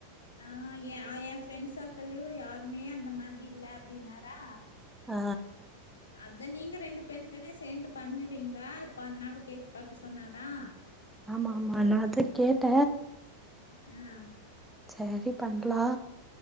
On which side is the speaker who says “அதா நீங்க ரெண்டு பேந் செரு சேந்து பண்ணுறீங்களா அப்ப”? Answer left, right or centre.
Left